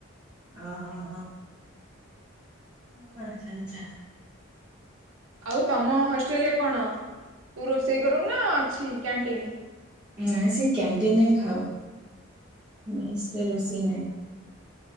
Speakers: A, on the right; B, on the right.
A: ଓ ହଁ ହଁ।
B: ହଁ।
A: ଆଚ୍ଛା ଆଚ୍ଛା।
B: ଆଉ ତମ ହଷ୍ଟେଲରେ କଣ ତୁ ରୋଷେଇ କରୁ ନା ଅଛି କ୍ୟାଣ୍ଟିନ?
A: ନାଇଁ ସେ କ୍ୟାଣ୍ଟିନରେ ଖାଉ ମେସରେ ରୋଷେଇ ନାହିଁ।